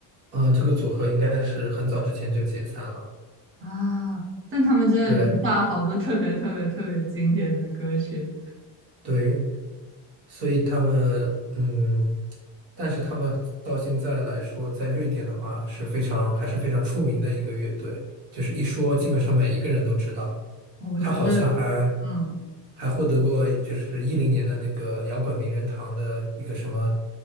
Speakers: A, on the right (about 65°); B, on the right (about 30°).
A: 啊，这个组合应该是很早之前就解散了。
B: 啊，但他们真的留下好多特别特别特别经典的歌曲，
A: 对对，所以他们嗯，但是他们到现在来说，在瑞典的话是非常还是非常出名的一个乐队，就是一说基本上每一个人都知道。
B: 我觉得，
A: 他好像还
B: 嗯，
A: 还获得过就是一零年的那个摇滚名人堂的一个什么